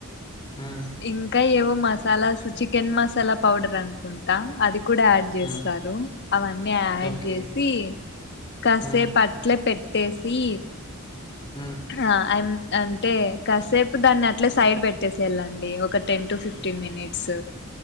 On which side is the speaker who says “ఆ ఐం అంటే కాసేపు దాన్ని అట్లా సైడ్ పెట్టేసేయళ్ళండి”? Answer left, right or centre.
Left